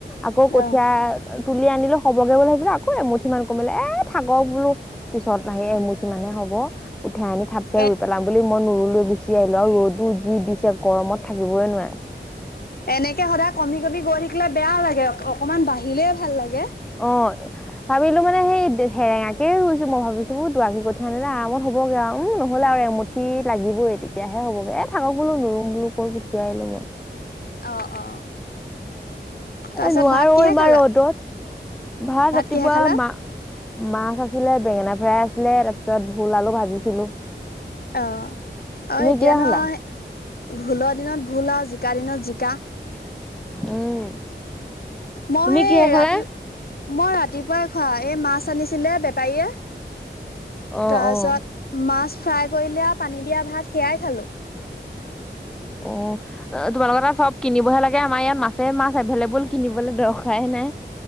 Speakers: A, in the centre; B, on the left (about 55°).
A: আকৌ কঠীয়া
B: অ
A: তুলি আনিলো হ'বগৈ বুলি ভাবিছিলো আকৌ এমুঠি মান কমিলে এ থাকক বোলো, পিছত আহি এমুঠি মানে হ'ব। উঠাই আনি থাপকে
B: এ
A: ৰুই পেলাম বুলি মই নৰু লৈ গুচি আহিলো আৰু ৰ'দো <unintelligible> যি দিছে গৰমত থাকিবই নোৱাৰে।
B: এনেকে সদায় কমি কমি গৈ থাকিলে বেয়া লাগে, অকমান বাঢ়িলে ভাল লাগে।
A: অ', ভাবিলো মানে সেই সেৰেঙাকে ৰুইছো মই ভাবিছো দুৱাকী কঠীয়া আনিলে আৰামত বগে আৰু উম নহলে আৰু এমুঠি লাগিবই, তেতিয়াহে হ'বগে এ থাকক বোলো নৰুম বোলো। কৈ গুচিয়াই লব।
B: অ অ তাৰপিছত
A: এ নোৱাৰো
B: ভাত কিহে
A: ইমান
B: খালা
A: ৰ'দত। ভাত ৰাতিপুৱা
B: কিহে খালা
A: মা -মাছ আছিলে বেঙেনা ভৰাই আছিলে, তাৰ পিছত ভুল আলু ভাজিছিলো।
B: অ আৰু
A: তুমি
B: এতিয়া
A: কিহে
B: নহ
A: খালা?
B: ভুলৰ দিনত ভুল আৰু জি কালীন জিকা
A: উম।
B: মই
A: তুমি
B: সেই
A: কিহে
B: ৰাতি,
A: খালা?
B: মই ৰাতিপুৱা খোৱা এই মাছ আনিছিলে বেপাৰীয়ে,
A: অ',
B: তাৰপিছত
A: অ',
B: মাছ ফ্ৰাই কৰি দিয়া পানী দিয়া ভাত সেয়াই খালো।
A: অ', তোমালোকৰ এটা চব কিনিবহে লাগে, আমাৰ ইয়াত মাছে মাছ এভেইলেবল কিনিবলৈ দৰকাৰে নে